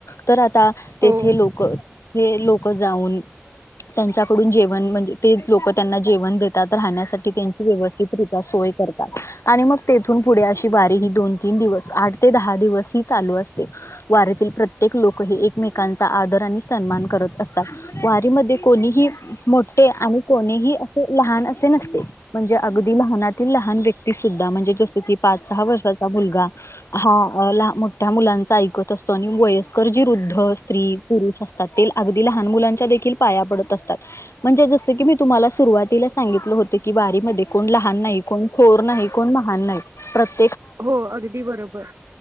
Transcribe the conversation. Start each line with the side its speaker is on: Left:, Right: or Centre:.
Left: तर तेथे
Right: हो
Left: लोक लोक जाऊन त्यांच्याकडून जेवण म्हणजे ते लोक त्यांना जेवण देतात. राहण्यासाठी तेंचि वेवस्तीत रित्या करतात. आणि मग तेथून फुडें अशी दोन-तीन दिवस. आठ ते दहा दिवस अशी चालू असते. वारीतील प्रत्येक लोक हे एकमेकांचा आदर आणि सन्मान करत असत. वारी मध्ये कोणीही मोठे आणि कोणी ही. असे लहान असे नसते. म्हणजे अगदी लहानातील लहान व्यक्ती सुद्धा म्हणजे जस कि पाच-सहा वर्षाचा मुलगा. हा ल मोठ्या मुलांचा ऐकत असतो. आणि वयस्कर जी वुद्ध स्त्री पुरुष अस ते अगदी लहान मुलांच्या देखील पाया पडत असतात. म्हणजे जसं की मी तुम्हाला सुरुवातीला सांगितलं होत. की वारीमध्ये कोण लहान नाही कोण थोर नाही. कोण महान नाही. प्रत्ये
Right: हो अगदी बरोबर.